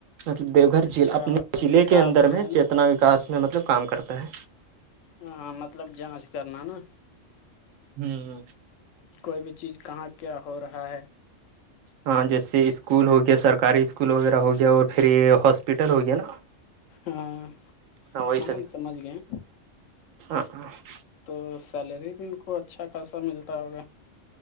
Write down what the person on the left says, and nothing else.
اچھا
وکاس
ہے نا
ہاں مطلب جانچ کرناانا
کوئی بھی چیز کہاں کیا ہو رہا ہے
ہاں
ہم سمجھ گئے
تو سیلری بھی ان کو اچھا خاصا ملتا ہوگا